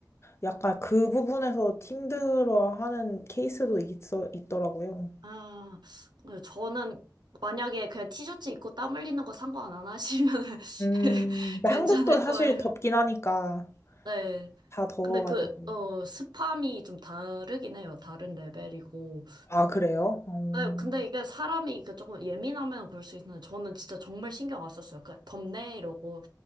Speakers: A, on the left; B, on the right.
A: 약간 그 부분에서 힘들어하는 케이스도 있어, 있더라고요.
B: 아, 네, 저는 만약에 그냥 티셔츠 입고 땀 흘리는 거 상관 안 하시면
A: 음,
B: <laughs>
A: 근데
B: 괜찮을
A: 한국도 사실
B: 거예요.
A: 덥긴 하니까,
B: 네.
A: 다 더워가지고.
B: 근데 그, 어, 스팸이 좀 다르긴 해요. 다른 레벨이고.
A: 아, 그래요? 음,
B: 네, 근데 이게 사람이 그 조금 예민하면 그럴 수 있는데 저는 진짜 정말 신경 안 썼어요. 그 덥네 이러고